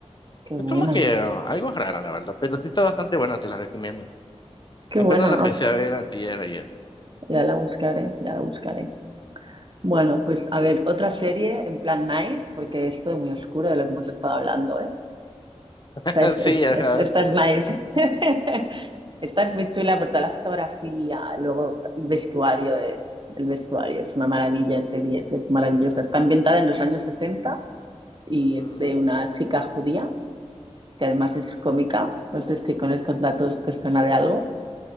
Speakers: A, on the right (about 45°); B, on the left (about 40°).
A: Qué
B: Es
A: buena.
B: como que ah, algo rara, la verdad, pero sí está bastante buena, te la recomiendo.
A: Qué
B: Apenas
A: buena.
B: la empecé
A: Ah,
B: a ver antier ayer.
A: ya la buscaré, ya la buscaré. Bueno, pues a ver, otra serie en plan nice,
B: Ujú.
A: porque es todo muy oscuro de lo que hemos estado hablando, ¿eh?
B: <laughs>
A: Estás,
B: Sí,
A: es-
B: ajá.
A: es- estás nice. <laughs> Estás muy chula por toda la fotografía. Luego, el vestuario es, el vestuario es una maravilla, es de 10, es maravillosa. Está ambientada en los años 60 y
B: Ujú,
A: es de una chica judía que además es cómica.
B: ujú.
A: No sé si con estos datos te suena de algo.